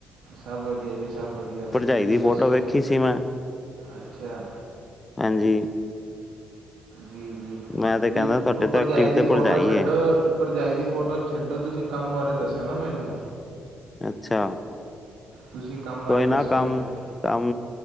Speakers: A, on the right; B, on the left.
A: ਸਭ ਵਧੀਆ ਜੀ-ਸਭ ਵਧੀਆ,
B: ਭਰਜਾਈ
A: ਤੁਸੀਂ
B: ਦੀ
A: ਦੱਸੋ,
B: ਫੋਟੋ ਵੇਖੀ ਸੀ ਮੈਂ
A: ਅੱਛਾ
B: ਹਾਂਜੀ।
A: ਜੀ-ਜੀ,
B: ਮੈਂ ਤੇ ਕਹਿੰਦਾ ਤੁਹਾਡੇ
A: ਉਹ
B: ਤੋਂ
A: ਭਰਜਾਈ
B: ਐਕਟਿਵ
A: ਦੀ
B: ਤੇ
A: ਫੋਟੋ
B: ਭਰਜਾਈ
A: ਛੱਡ।
B: ਹੈ
A: ਭਰਜਾਈ ਦੀ ਫੋਟੋ ਛੱਡੋ, ਤੁਸੀਂ ਕੰਮ ਬਾਰੇ ਦੱਸਿਓ ਨਾ ਮੈਨੂੰ।
B: ਅੱਛਾ।
A: ਤੁਸੀਂ ਕੰਮ ਬਾਰੇ
B: ਕੋਈ
A: ਦੱਸਿਓ
B: ਨਾ ਕੰਮ
A: ਮੈਨੂੰ
B: ਕੰਮ